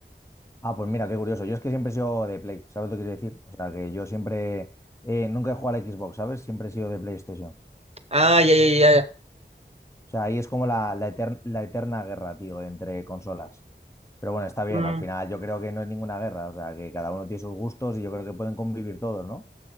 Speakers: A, on the left; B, on the right.
A: Ah, pues mira, qué curioso. Yo es que siempre he sido de Play, ¿sabes lo que quiero decir? O sea, que yo siempre, eh, nunca he jugado a la Xbox, ¿sabes? Siempre he sido de PlayStation. O
B: Ah, ya, ya, ya.
A: sea, ahí es como la, la, eter- la eterna guerra, tío, entre consolas. Pero bueno, está bien,
B: ya.
A: al final yo creo que no es ninguna guerra, o sea, que cada uno tiene sus gustos y yo creo que pueden convivir todos, ¿no?